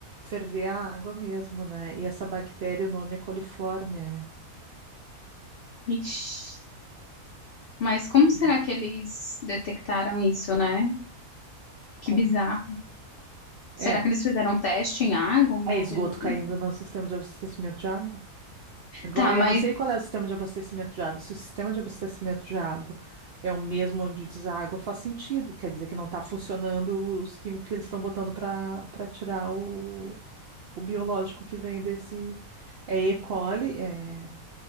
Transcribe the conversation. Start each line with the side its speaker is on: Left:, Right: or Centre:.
Right: ferver a água mesmo, né? E essa bactéria, o nome é coliforme, é,
Left: Ixi. Mas como
Right: e
Left: será que eles detectaram isso, né? Que
Right: com,
Left: bizarro. Será
Right: é,
Left: que eles fizeram um teste em água, alguma
Right: é esgoto
Left: coisa assim?
Right: caindo no sistema de abastecimento de água. Agora,
Left: Tá, mas,
Right: eu não sei qual é o sistema de abastecimento de água. Se o sistema de abastecimento de água é o mesmo onde deságua, faz sentido. Quer dizer que não está funcionando os químicos que eles estão botando para para tirar o, o biológico que vem desse. É E. coli, é